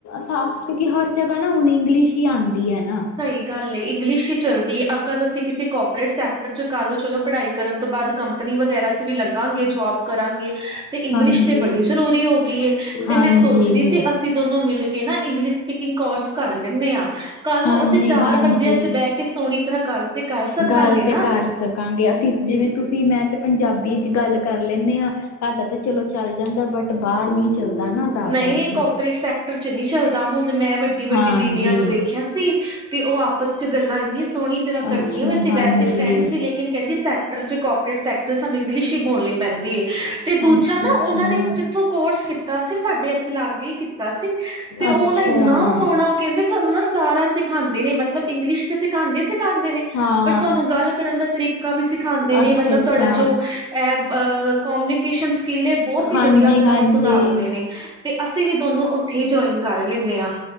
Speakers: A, on the left (about 60°); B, on the right (about 15°).
A: ਸਾ ਕਿਉਂਕਿ ਹਰ ਜਗ੍ਹਾ ਨਾ ਹੁਣ ਇੰਗਲਿਸ਼ ਹੀ ਆਦੀ ਏ ਨਾ
B: ਸਈ ਗੱਲ ਏ ਇੰਗਲਿਸ਼ ਈ ਚੱਲਦੀ ਅੱਗਰ ਅਸੀ ਕਿਸੇ ਕੋਪੀ ਟ ਸੈਕਟਰ ਚ ਕ ਚਲੋ ਪੜ੍ਹਾਈ ਕਰਨ ਤੋਂ ਬਾਦ ਕੰਪਨੀ ਵਗੈਰਾ ਚ ਵੀ ਲਗਾਂਗੇ ਜੋਬ ਕਰਾਂਗੇ ਤੇ ਇੰਗਲਿਸ਼
A: ਹਾਂਜੀ
B: ਤੇ ਬੜੀ ਜ਼ਰੂਰੀ ਹੋ ਗਈ ਏ ਤੇ
A: ਹਾਂਜੀ
B: ਮੈਂ ਸੋਚਦੀ ਸੀ ਅਸ ਅਸੀਂ ਦੋਨੋ ਮਿਲ ਕੇ ਨਾ ਇੰਗਲਿਸ਼ ਸਪੀਕਿੰਗ ਕੋਰਸ ਕਰ ਲੈਂਨੇ ਆ, ਕੱਲ੍ਹ
A: ਹਾਂਜੀ
B: ਨੂੰ ਅਸੀਂ ਚਾਰ
A: ਹਾਂਜੀ
B: ਬੰਦੇਆਂ ਚ ਬੇਹ ਕੇ ਸੋਹਣੀ ਤਰ੍ਹਾਂ ਗੱਲ ਤੇ ਕਰ ਸਕਾਂਗੇ
A: ਗੱਲ ਤੇ
B: ਨਾ
A: ਕਰ ਸਕਾਂਗੇ। ਅਸੀਂ ਜਿਵੇਂ ਤੁਸੀਂ ਮੈਂ ਤੇ ਪੰਜਾਬੀ ਚ ਗੱਲ ਕਰ ਲੈਂਨੇ ਆ। ਸਾਡਾ ਤਾ ਚਲੋ ਚੱਲ ਜਾਂਦਾ ਬਟ ਬਾਹਰ ਨਹੀਂ ਚੱਲਦਾ ਨਾ ਤਾਂ
B: ਨਈ
A: ਕਰਕੇ
B: ਕੋਪਰੇਟ ਫੇਕਟਰ ਚ ਨੀ ਚੱਲਦਾ ਹੁਣ ਮੈਂ ਵੱ ਵੱਡੀ-ਵੱਡੀ
A: ਹਾਂਜੀ
B: ਦੀਦੀਆਂ ਨੂੰ ਦੇਖਿਆ ਸੀ ਤੇ ਉਹ ਆਪਸ ਚ ਗੱਲਾਂ ਇੰਨੀ ਸੋਹਣੀ ਤਰ੍ਹਾਂ ਕਰਦੀਆਂ
A: ਅੱਛਾ
B: ਵੈੇ
A: ਹਾਂਜੀ
B: ਵੈਸੇ ਫਰੈਂਡ ਸੀ ਲੇਕਿਨ ਕਹਿੰਦੀ ਸੈਕਟਰ ਚ ਕੋਪਰੇਟੈਕਟਰ ਸਾਨੂੰ ਇੰਗਲਿਸ਼ ਹੀ ਬੋਲਣੀ ਪੈਂਦੀ ਏ।
A: ਅੱਛਾ
B: ਤੇ ਦੂਜਾ ਨਾ
A: ਅੱਛਾ
B: ਓਨਾਂ ਨੇ ਜਿੱਥੋਂ ਕੋਰਸ ਕੀਤਾ ਸੀ ਸਾਡੇ ਥੇ ਲਾਗੇ ਕੀਤਾ ਸੀ ਤੇ ਉਹ
A: ਅੱਛਾ
B: ਨਾ ਇੰਨਾ ਸੋਹਣਾ ਕਹਿੰਦੇ ਤੁਹਾਨੂੰ ਨਾ ਸਾਰਾ ਸਿਖਾਂਦੇ ਨੇ ਮਤਲਬ ਇੰਗਲਿਸ਼ ਤੇ ਸਿਖਾਂਦੇ ਈ ਸਿਖਾਂਦੇ ਨੇ
A: ਹਾਂ
B: ਪਰ ਤੁਹਾਨੂੰ ਗੱਲ ਕਰਨ ਦਾ ਤਰੀਕਾ ਵੀ ਸਿਖਾਂਦੇ ਨੇ
A: ਅੱਛਾ
B: ਮਤਲਬ
A: ਅੱਛਾ
B: ਤੁਹਾਡਾ ਜੋ ਐ ਅ ਕੋਮਊਨੀਕੇਸ਼ਨ ਸਕਿੱਲ ਏ ਬੋਤ ਈ
A: ਹਾਂਜੀ
B: ਵਧੀਆ ਤਰ੍ਹਾਂ
A: ਹਾਂਜੀ
B: ਸੁਧਾਰਦੇ ਨੇ ਤੇ ਅਸੀਂ ਵੀ ਦੋਨੋ ਉੱਥੇ ਹੀ ਜੁਆਇਨ ਕਰ ਲੈਂਨੇ ਆ।